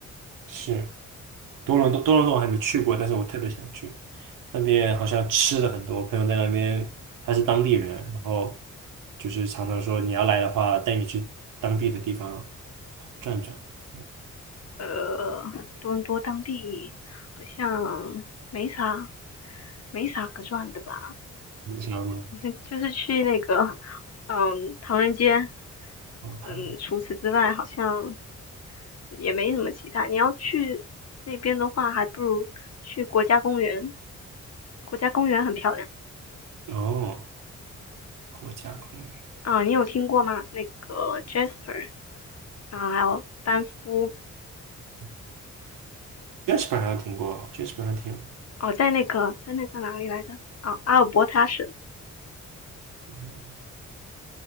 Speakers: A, on the right; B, on the left.
A: 是。多伦多多伦多我还没去过，但是我特别想去。那边好像吃的很多，我朋友在那边，他是当地人，然后就是常常说你要来的话，带你去当地的地方转转。对，
B: 呃，多伦多当地好像没啥没啥可转的吧，
A: 你知道吗？
B: <laughs> 就是去那个嗯唐人街，
A: 哦，他
B: 嗯，除此之外好像。也没什么其他。你要去那边的话，还不如去国家公园，国家公园很漂亮
A: 哦，国家公园
B: 啊、你有听过吗？那个 Jasper 啊，还有班夫
A: ，Jasper，Jasper 好像听过，Jasper 好像听过。
B: 哦，在那个在那个哪里来着？啊，阿尔伯塔省。
A: 嗯，